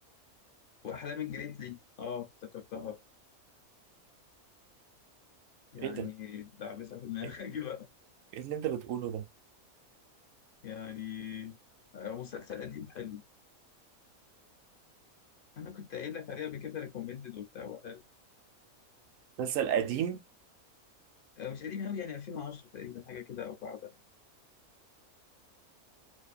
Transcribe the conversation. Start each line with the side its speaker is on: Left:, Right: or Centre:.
Left: واحلام الجريتلي اه افتكرتها يعني
Right: ايه ده
Left: دعبسة في دماغك
Right: ايه
Left: <laughs> بقى
Right: إيه اللي انت بتقوله ده
Left: يعني آه، مسلسل قديم حلو انا كنت قايل لك عليه قبل كده ريكومندد وبتاع وحلو
Right: مسلسل قديم
Left: آه، مش قديم قوي يعني 2010 تقريبا حاجه كده او بعدها